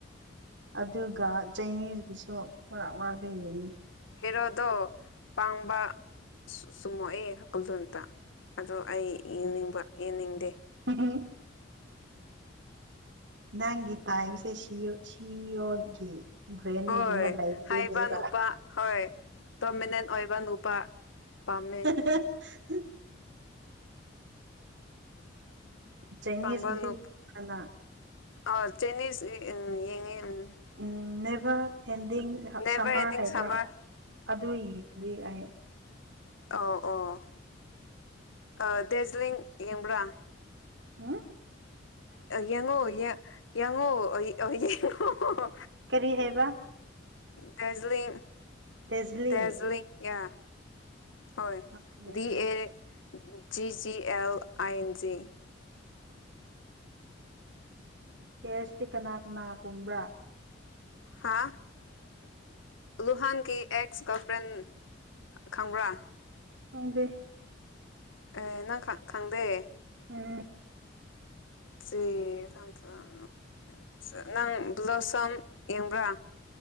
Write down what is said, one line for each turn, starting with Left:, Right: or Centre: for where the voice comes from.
Right: ꯑꯗꯨꯒ ꯆꯩꯅꯤꯁꯒꯤꯁꯨ ꯃꯔꯛ ꯃꯔꯥꯛꯛꯇ ꯌꯦꯡꯉꯤ
Left: ꯍꯤꯔꯣꯗ ꯄꯪꯕ ꯆꯨꯝꯃ <inaudible> ꯈꯨꯖꯇ ꯑꯣ ꯑꯩ ꯌꯦꯡꯅꯤꯡꯕ ꯌꯦꯡꯅꯤꯡꯗꯦ
Right: ꯎꯝ ꯅꯪꯒꯤ ꯇꯥꯏꯕꯁꯦ ꯁꯤ ꯁꯤꯌꯣꯒꯤ ꯭ꯔꯦꯟꯒꯨꯝꯕ
Left: ꯍꯣꯏ
Right: ꯂꯩꯕꯗꯨꯅꯦꯕ
Left: ꯍꯥꯏꯕ ꯅꯨꯄꯥ ꯍꯣꯏ ꯇꯣꯃꯤꯅꯦꯟ ꯑꯣꯏꯕ ꯅꯨꯄꯥ ꯄꯥꯝꯃꯦ
Right: ꯍ ꯆꯥꯏꯅꯤꯁꯀꯤꯁꯨ
Left: ꯄꯝꯕꯅ ꯉꯝ
Right: ꯍꯥꯟꯅ
Left: ꯑ ꯆꯟꯅꯁ ꯌꯦꯉ
Right: ꯎꯝ never ending
Left: never
Right: summer
Left: ending
Right: ꯍꯥꯏꯕ꯭ꯔꯥ
Left: ꯁꯝꯃꯔ
Right: ꯑꯗꯨ ꯌꯦꯡꯔꯤ ꯑꯩ
Left: ꯑꯧ ꯑꯣ ꯗꯔꯖꯂꯤꯡ ꯌꯦꯡꯕ꯭ꯔꯥ
Right: ꯍꯨꯝ
Left: ꯌꯦꯡꯉꯣ ꯌꯦꯡꯉꯣ ꯌꯦꯡꯉꯣ
Right: ꯀꯔꯤ ꯍꯥꯏꯕ
Left: ꯗꯔꯖꯂꯤ
Right: ꯗꯦꯖꯂꯤꯡ
Left: ꯗꯔꯖꯂꯤ ꯌꯥ ꯍꯣꯏ
Right: ꯈꯪꯗꯦ
Left: ꯗꯤ
Right: ꯑꯩ
Left: ꯑꯦ ꯖꯤꯖꯤ ꯑꯦꯜ ꯑꯟꯖꯤ
Right: ꯀꯦꯁꯇꯤ ꯀꯅꯥ ꯀꯅꯥꯒꯨꯝꯕ꯭ꯔꯥ
Left: ꯍꯥ ꯂꯨꯍꯥꯟ ꯀ ꯑꯦꯁ ꯒꯟ ꯐ꯭ꯔꯦꯟ ꯈꯪꯕ꯭ꯔꯥ
Right: ꯈꯪꯗꯦ
Left: ꯑꯦ ꯅꯪ ꯈꯪꯗꯦ
Right: ꯎꯝ
Left: ꯁꯤ ꯊ <inaudible> ꯅꯪ ꯕ꯭ꯂꯣꯁꯝ ꯌꯦꯡꯕ꯭ꯔꯥ